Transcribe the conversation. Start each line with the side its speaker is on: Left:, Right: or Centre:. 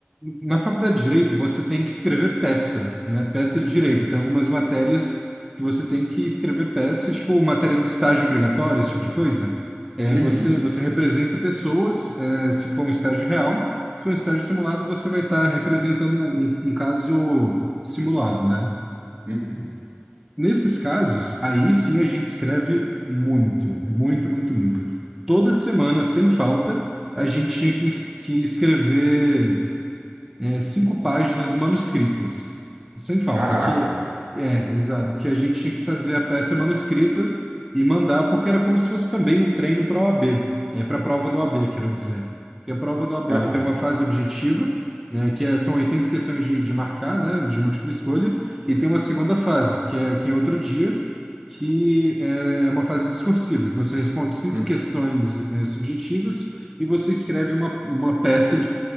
Centre: na faculdade de direito você tem que escrever peça, né? Peça de direito. Tem algumas matérias que você tem que escrever peça, tipo matéria de estágio obrigatório, esse tipo de coisa. É,
Right: Uhum.
Centre: você você representa pessoas, é, se for um estágio real. Se for um estágio simulado, você vai estar representando um, um caso simulado, né?
Right: Uhum.
Centre: Nesses casos, aí sim a gente escreve muito, muito, muito, muito. Toda semana, sem falta, a gente tinha que, es- que escrever é, cinco páginas manuscritas, sem falta,
Right: Caraca.
Centre: porque é, exato, porque a gente tinha que fazer a peça manuscrita e mandar, porque era como se fosse também um treino para a OAB, é para a prova da OAB, quero dizer. E a prova da OAB
Right: Aham.
Centre: ela tem uma fase objetiva, é, que é- são 80 questões de, de marcar, né, de múltipla escolha, e tem uma segunda fase, que é que é outro dia, que é é uma fase discursiva, que você responde cinco
Right: Hum,
Centre: questões, é, subjetivas e você escreve uma, uma peça